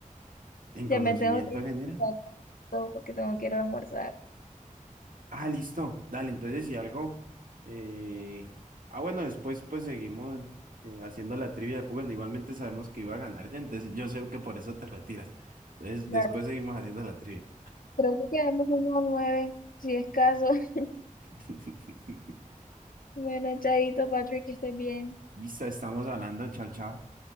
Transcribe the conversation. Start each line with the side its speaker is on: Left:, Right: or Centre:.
Right: En
Left: Ya
Right: conocimiento
Left: me tengo que ir
Right: general.
Left: <laughs> todo porque tengo que ir a almorzar.
Right: Ah, listo. Dale, entonces si algo. eh, Ah, bueno, después pues seguimos eh, haciendo la trivia. Pues, bueno, igualmente sabemos que iba a ganar ya, entonces yo sé que por eso te retiras. Entonces
Left: Claro.
Right: después seguimos haciendo la trivia.
Left: Creo que quedamos uno a nueve, si es caso. <laughs>
Right: <laughs>
Left: Bueno, chaito, Patrick, que estés bien.
Right: Listo, estamos hablando. Chao, chao.